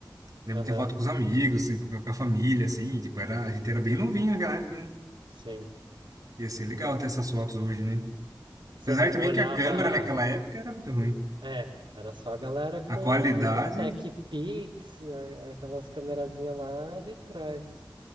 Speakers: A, on the right; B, on the right.
A: Lembro
B: Aham,
A: de ter foto com os amigos, assim, com a com a família, assim, e, tipo, era, a gente era bem novinho naquela época, né?
B: sim.
A: Ia ser legal ter essas fotos hoje, né?
B: Você
A: Apesar
B: olhava.
A: também que a câmera naquela época era muito ruim.
B: É, era só a galera com
A: A qualidade,
B: Tech Pix, a- aquelas câmerazinhas lá de trás.